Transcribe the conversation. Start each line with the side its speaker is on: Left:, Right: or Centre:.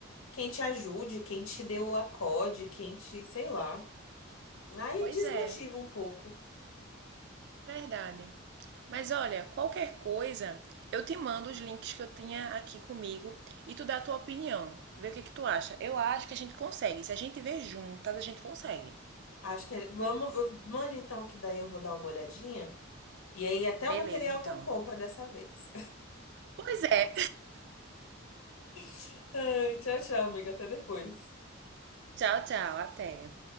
Left: quem te ajude, quem te dê o acorde, quem te, sei lá. Aí
Right: Pois
Left: desmotiva
Right: é,
Left: um pouco.
Right: verdade. Mas olha, qualquer coisa, eu te mando os links que eu tinha aqui comigo e tu dá a tua opinião. Vê o que que tu acha. Eu acho que a gente consegue. Se a gente vê juntas, a gente consegue.
Left: Acho que é- vamos, eu- mande então que daí eu vou dar uma olhadinha. E aí até
Right: Beleza,
Left: o material
Right: então.
Left: tu compra dessa vez.
Right: Pois é.
Left: <laughs> Ai, tchau, tchau, amiga, até depois.
Right: Tchau, tchau. Até.